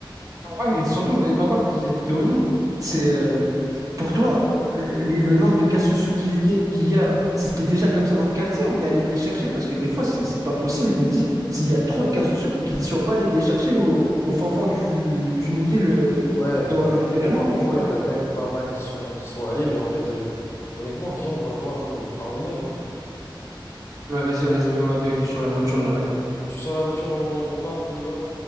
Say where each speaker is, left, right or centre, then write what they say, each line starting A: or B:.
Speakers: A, on the right (about 40°); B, on the left (about 30°).
A: Ouais, et surtout, mais par contre, j'ai une théorie. C'est euh, pour toi, le, le- le nombre de cas sociaux qu'il y a, qu'il y a, c'était déjà comme ça dans le quartier ou il allait les chercher? Parce que des fois, c'est c'est pas possible. Je me dis, s'il y a trop de cas sociaux pour qu'ils ne soient pas allés les chercher au, au fin fond du- d'une ville euh,
B: Ouais,
A: dont
B: bah non,
A: je t'ai
B: pour
A: réellement,
B: moi, pour
A: tu
B: moi,
A: vois.
B: il y en a quand même pas mal qui sont, qui sont allés, mais en fait, euh, honnêtement, viens, on va voir nous, par nous-mêmes. hein.
A: Ouais, Vas-y, vas-y, viens, on va vérifier sur la voiture, j'arrive.
B: Tu sors la voiture, on, on part, on y va?